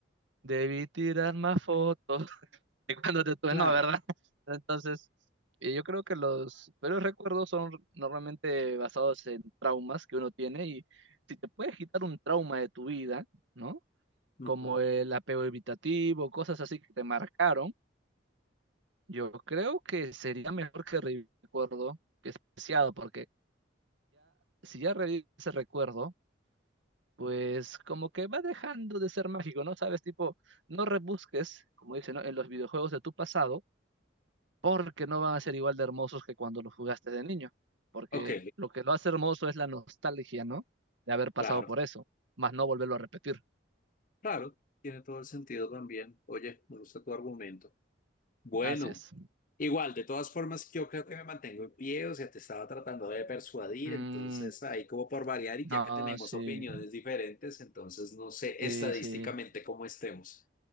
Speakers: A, on the right (about 75°); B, on the left (about 45°).
A: debí tirar más fotos. <laughs> de cuando te tuve,
B: claro.
A: no, ¿verdad? <laughs> Entonces, eh, yo creo que los peores recuerdos son normalmente basados en traumas que uno tiene y si te puedes quitar un trauma de tu vida, ¿no?
B: Ujú.
A: Como el apego evitativo, cosas así que te marcaron, yo creo que sería mejor que revivir el recuerdo que es preciado, porque si ya revives ese recuerdo, pues como que va dejando de ser mágico, ¿no? Sabes, tipo, no rebusques, como dicen, ¿no? en los videojuegos de tu pasado porque no van a ser igual de hermosos que cuando los jugaste de niño, porque
B: Ok,
A: lo que lo hace hermoso es la nostalgia, ¿no? De haber pasado
B: claro,
A: por eso, más no volverlo a repetir.
B: claro. Tiene todo el sentido también. Oye, me gusta tu argumento. Bueno,
A: Así es.
B: igual, de todas formas, yo creo que me mantengo en pie, o sea, te estaba tratando de persuadir,
A: Mm,
B: entonces ahí como por variar y
A: no,
B: ya que tenemos
A: sí,
B: opiniones diferentes, entonces no sé
A: sí,
B: estadísticamente
A: sí.
B: cómo estemos.